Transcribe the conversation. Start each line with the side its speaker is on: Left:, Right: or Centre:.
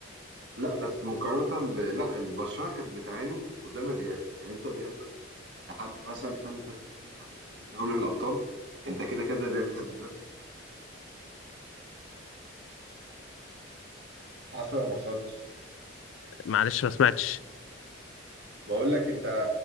Right: لا بس مقارنة ب... لا البرشلونة كانت بتعاني قدام الريال يعني انت الريال بس لحد مثلا السنة اللي فاتت فاكر انت متصل دوري الأبطال انت كده كده الريال كسبان حصل ولا ما حصلش
Left: معلش ما سمعتش
Right: بقول لك انت